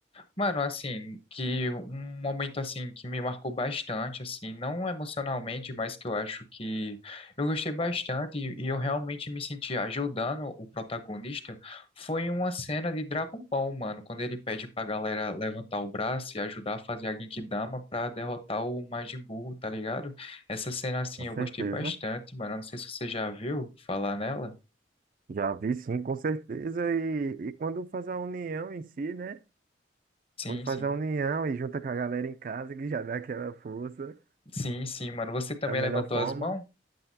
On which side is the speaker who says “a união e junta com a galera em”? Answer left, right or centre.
Right